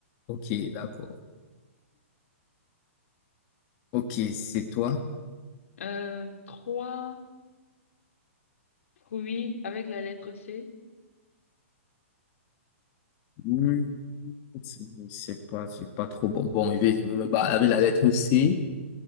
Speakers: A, on the left; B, on the left.
A: Ok, d'accord. Ok, c'est toi.
B: Euh, trois fruits avec la lettre C.
A: Hmm, c'est- Je sais pas, je suis pas trop bon. Bon, je vais je vais me barrer avec la lettre C.